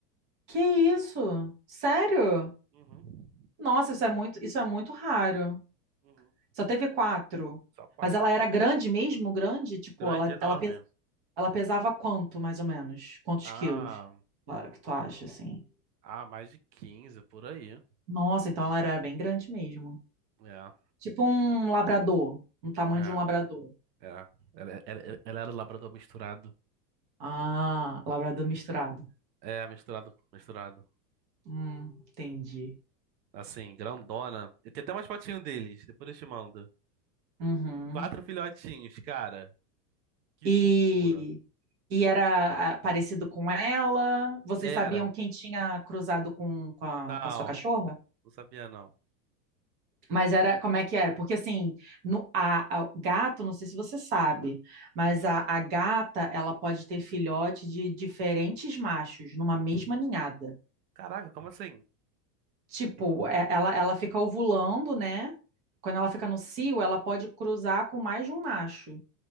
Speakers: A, on the right; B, on the right.
A: Que isso? Sério?
B: Uhum.
A: Nossa, isso é muito, isso é muito raro.
B: Uhum.
A: Só teve quatro.
B: Só quatro.
A: Mas ela era grande mesmo, grande? Tipo,
B: Grande,
A: ela,
B: enorme.
A: ela, pe- ela pesava quanto, mais ou menos? Quantos
B: Ah,
A: quilos? Ah, Que tu acha, assim?
B: ah, mais de 15 por aí.
A: Nossa, então ela era bem grande mesmo.
B: É,
A: Tipo um labrador, um tamanho
B: é,
A: de um labrador.
B: é. Ela, ela, ela ela era labrador misturado.
A: Ah, labrador misturado.
B: É, misturado, misturado.
A: Hum, entendi.
B: Assim, grandona. E tem até umas fotinhas deles, depois eu te mando.
A: Uhum.
B: Quatro filhotinhos, cara. Que
A: E,
B: fofura.
A: e era ah, parecido com ela? Vocês
B: Era.
A: sabiam quem tinha cruzado com, com a,
B: Não,
A: com a sua cachorra?
B: não sabia não.
A: Mas era, como é que era? Porque assim, no, a, a- gato, não sei se você sabe, mas a, a gata, ela pode ter filhote de diferentes machos numa mesma ninhada.
B: Caraca, como assim?
A: Tipo, é- ela, ela fica ovulando, né? Quando ela fica no cio, ela pode cruzar com mais de um macho.